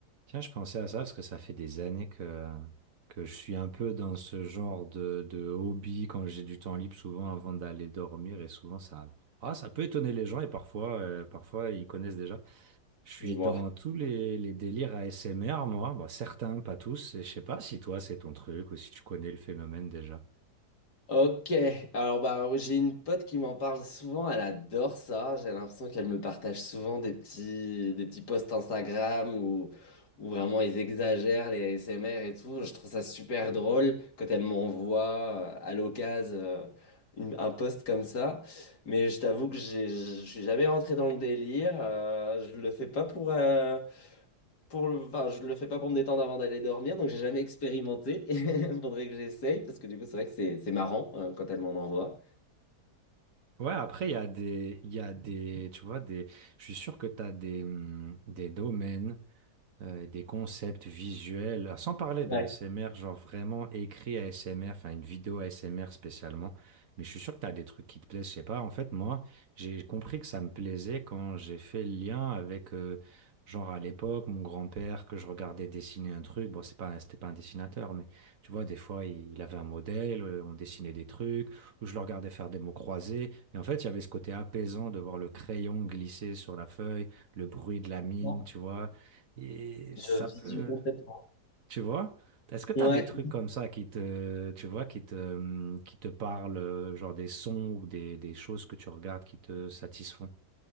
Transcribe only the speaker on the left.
Dis-moi.
Ok, alors bah j'ai une pote qui m'en parle souvent, elle adore ça, j'ai l'impression qu'elle me partage souvent des petits, des petits posts Instagram où, où vraiment ils exagèrent les ASMR et tout, je trouve ça super drôle quand elle m'envoie euh, à l'occasion euh, une- un post comme ça, mais je t'avoue que j'ai- je je suis jamais rentré dans le délire, euh, je le fais pas pour, euh, pour le... Enfin, je le fais pas pour me détendre avant d'aller dormir, donc j'ai jamais expérimenté. <laughs> Il faudrait que j'essaye, parce que du coup, c'est vrai que c'est c'est marrant euh, quand elle m'en envoie.
Ouais.
Non.
Je
visu
complètement.
Ouais.